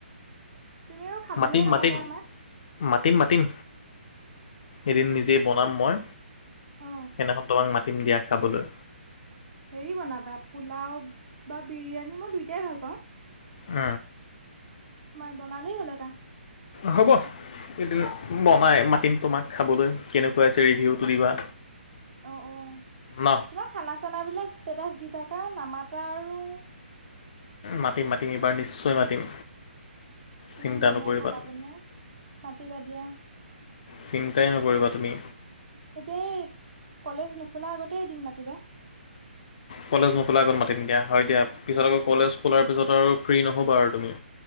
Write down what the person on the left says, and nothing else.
মাতিম
মাতিম
মাতিম মাতিম এদিন নিজেই বনাম মই।
সেইদিনাখন তো মা মাটিম দিয়া খাবলৈ।
উ
হ'ব এদিন বনাই মাতিম তোমাক খাবলৈ কেনেকুৱা আছে ৰিভিউটো দিবা।
ন
মাতিম মাতিম এইবাৰ নিশ্চয় মাতিম।
চিন্তা
নকৰিবা
তুমি
চিন্তাই নকৰিবা তুমি
কলেজ নোখোলা আগত মাতি দিম দিয়া। হয় দিয়া পিছত
আকৌ
কলেজ খোলাৰ পিছত আৰু ফ্ৰী নহ'বা আৰু তুমি।